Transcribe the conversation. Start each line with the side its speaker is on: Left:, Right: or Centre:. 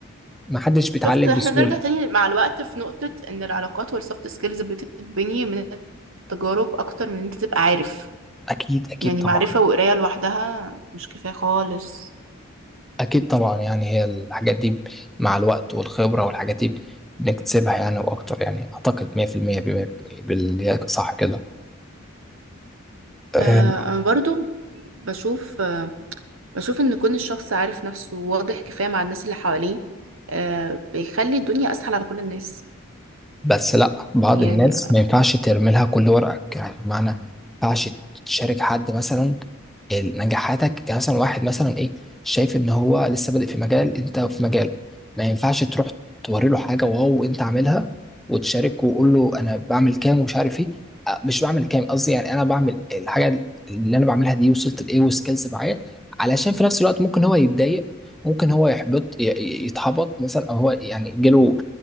Centre: ما حدش بيتعلم
Right: شفت احنا
Centre: بسهولة
Right: بنرجع تاني مع الوقت في نقطة ان العلاقات والسوفت سكيلز بتتبني من التجارب اكتر من ان انت تبقى عارف
Centre: أكيد أكيد
Right: يعني
Centre: طبعا
Right: معرفة وقراية لوحدها مش كفاية خالص
Centre: أكيد طبعا يعني هي الحاجات دي مع الوقت والخبرة والحاجات دي بنكتسبها يعني وأكتر يعني أعتقد 100% بما- باللي هي صح كده آه،
Right: آه انا برضو بشوف آه بشوف ان كون الشخص عارف نفسه واضح كفاية مع الناس اللي حواليه آه بيخلي الدنيا اسهل على كل الناس
Centre: بس لا بعض
Right: يعني
Centre: الناس ما ينفعش ترمي لها كل ورقك يعني بمعنى ما ينفعش تشارك حد مثلا نجاحاتك يعني مثلا واحد مثلا ايه شايف ان هو لسه بادئ في مجال انت في مجال ما ينفعش تروح توري له حاجه واو انت عاملها وتشارك وقول له انا بعمل كام ومش عارف ايه أه، مش بعمل كام قصدي يعني انا بعمل الحاجه اللي انا بعملها دي وصلت لايه وسكيلز معايا علشان في نفس الوقت ممكن هو يتضايق ممكن هو يحبط ي- ي- يتحبط مثلا او هو يعني جاله